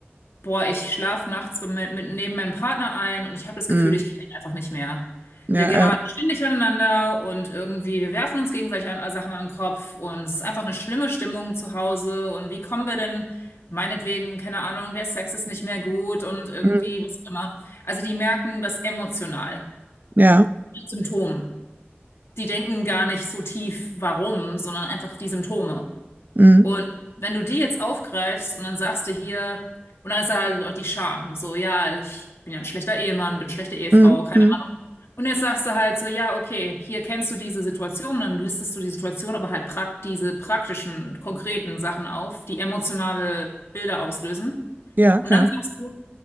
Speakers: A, on the left; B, on the right.
A: boah, ich schlafe nachts mit, mit, neben meinem Partner ein und ich habe das
B: Mhm.
A: Gefühl, ich kenne ihn einfach nicht mehr.
B: Ja,
A: Wir geraten
B: ja.
A: ständig aneinander und irgendwie, wir werfen uns gegenseitig an, äh, Sachen an den Kopf und es ist einfach eine schlimme Stimmung zu Hause. Und wie kommen wir denn, meinetwegen, keine Ahnung, der Sex ist nicht mehr gut und irgendwie,
B: Mhm.
A: was auch immer. Also die merken das emotional,
B: Ja.
A: die Symptome. Die denken gar nicht so tief, warum, sondern einfach die Symptome.
B: Mhm.
A: Und wenn du die jetzt aufgreifst und dann sagst du hier, und dann ist da halt auch die Scham, so, ja, ich bin ja ein schlechter Ehemann, bin eine schlechte Ehefrau,
B: Mhm.
A: keine
B: Mhm.
A: Ahnung. Und jetzt sagst du halt so, ja, okay, hier kennst du diese Situation, dann listest du die Situation, aber halt prak diese praktischen, konkreten Sachen auf, die emotionale Bilder auslösen.
B: Ja,
A: Und
B: ja.
A: dann sagst du,